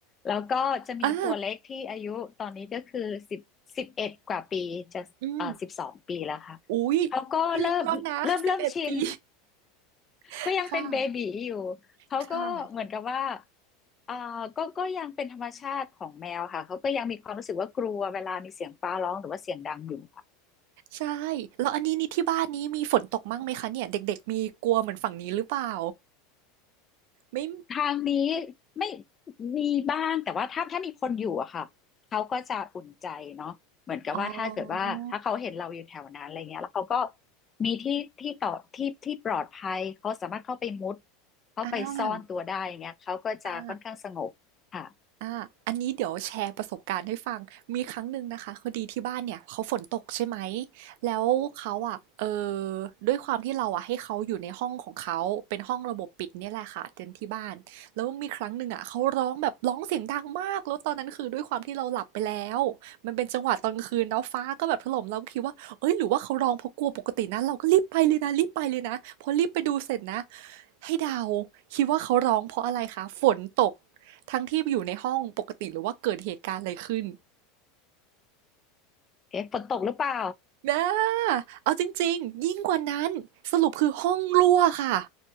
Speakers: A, on the left; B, on the right.
A: แล้วก็จะมีตัวเล็กที่อายุตอนนี้ก็คือสิบสิบเอ็ดกว่าปีจะเอ่อสิบสองปีแล้วค่ะ
B: อ่าอืมอุ๊ยไม่เล็กแล้วนะสิบเอ็ดปี
A: เขาก็เริ่มเริ่มเริ่มชิน
B: <laughs>
A: ก็ยังเป็นเบบี๋อยู่
B: ค่ะ
A: เขาก็เหมือนกับว่า
B: ค่ะ
A: อ่าก็ก็ยังเป็นธรรมชาติของแมวค่ะเขาก็ยังมีความรู้สึกว่ากลัวเวลามีเสียงฟ้าร้องหรือว่าเสียงดังอยู่ค่ะ
B: ใช่แล้วอันนี้นี่ที่บ้านนี้มีฝนตกมั่งไหมคะเนี่ยเด็กๆมีกลัวเหมือนฝั่งนี้หรือเปล่าไม่
A: ทางนี้ไม่มีบ้างแต่ว่าถ้าถ้ามีคนอยู่อะค่ะเขาก็จะอุ่นใจเนาะเหมือนกับว่าถ้าเกิดว่าถ้าเขาเห็นเราอยู่แถวนั้นอะไรเงี้ยแล้วเขาก็
B: อ๋อ
A: มีที่ที่ต่อที่ที่ปลอดภัยเขาสามารถเข้าไปมุดเขาไปซ่อนตัวได้อย่างเงี้ยเขาก็จะค่อนข้างสงบค่ะ
B: อ่าอ่า อาอันนี้เดี๋ยวแชร์ประสบการณ์ให้ฟัง มีครั้งหนึ่งนะคะพอดีที่บ้านเนี่ยเขาฝนตกใช่ไหม แล้วเขาอ่ะเอ่อด้วยความที่เราอะให้เขาอยู่ในห้องของเขา เป็นห้องระบบปิดเนี่ยแหละค่ะเต็นท์ที่บ้านแล้วมีครั้งหนึ่งอะเขาร้องแบบร้องเสียงดังมากแล้วตอนนั้นคือด้วยความที่เราหลับไปแล้วมันเป็นจังหวะตอนกลางคืนเนาะฟ้าก็แบบถล่มเราก็คิดว่าเอ้ยหรือว่าเขาร้องเพราะกลัวปกตินะเราก็รีบไปเลยนะรีบไปเลยนะพอรีบไปดูเสร็จนะให้เดาคิดว่าเขาร้องเพราะอะไรคะฝนตก ทั้งที่อยู่ในห้องปกติหรือว่าเกิดเหตุการณ์อะไรขึ้น
A: เอ๊ะฝนตกหรือเปล่า
B: อะเอาจริงๆยิ่งกว่านั้นสรุปคือห้องรั่วค่ะ